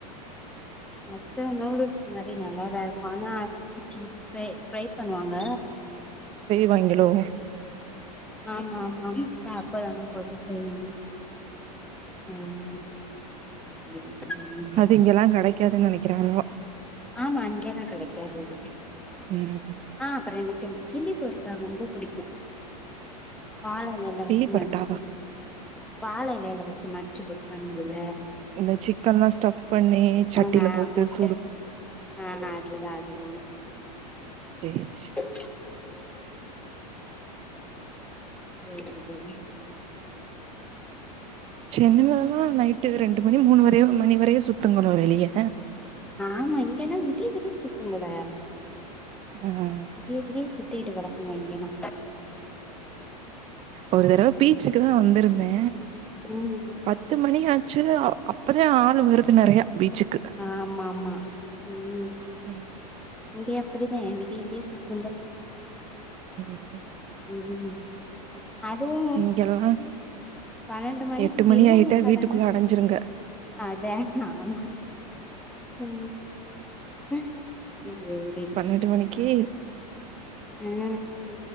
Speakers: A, in the centre; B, on the right.
A: அத்தோ நூடுல்ஸ் மாரி நல்லாதாரு க்கு ஆனா ஃப்ரை ஃப்ரை பண்ணுவாங்க.
B: வாய்ங்களோ.
A: ஆமா ஆமா எ அப்ற என்னா போட்டு செய்வாங்க? ம் சேரி சேரிங்க.
B: அது இங்கெல்லா கெடைக்காதுன் நெனைக்கிறே அவ்ளவா.
A: ஆமா இங்கியெல்லா கெடைக்காது அது
B: ம்
A: ஆ அப்பறோ எனக்கு இந்த கிள்ளி பரோ ட்டா ரொம்ப புடிக்கு
B: அப்டியா
A: வாழை எலைல
B: கிள்ளி
A: வெச்சு
B: பரோட்டாவா
A: மடிச்சு குடு வாழ எலைல வெ ச்சு மடிச்சு குடுப்பானுங்கல்ல
B: இந்த சிக்கன்லா ஸ்டஃப் பண்ணி சட்டில
A: அ அ
B: போட்டு
A: முட்ட
B: சூடு
A: ஆனா அதுதா அதுதா.
B: சேர்ச் கே
A: <inaudible> தேடி பாருங்க.
B: சென்னைலல்லா நைட்டுக்கு ரெண் டு மணி மூணு வரைய மணி வரைய சுத்துங்குளு வெளிய.
A: ஆமா இங்க என்னா விடிய விடிய சுத்துங்கள
B: ஆ
A: விடிய விடிய சுத் திட்டு கெடக்ங்க இங்கியெனா.
B: ஒரு தடவ பீச்சுக்கு தா வந்துருந்தே.
A: ம்
B: பத் த்து மணி ஆச்சு அவ் அப்பதா ஆள் வருது நறையா பீச்சுக்கு.
A: ஆமாமா ம்.
B: ம்
A: இங்க அப்பிடிதே விடிய விடிய சுத்துங்க.
B: ம்
A: ம் அதுவு
B: இங்கெல்லா
A: பன்னெண்டு மணிக்கி
B: எட்டு மணி
A: பிரியாணி
B: ஆயிட்டா
A: கடனா
B: வீட்டுக்குள்ள அடஞ்சிருங்க
A: அதே ஆமா ம் அ சேரி.
B: பன்னெண்டு மணிக்கி
A: ம்.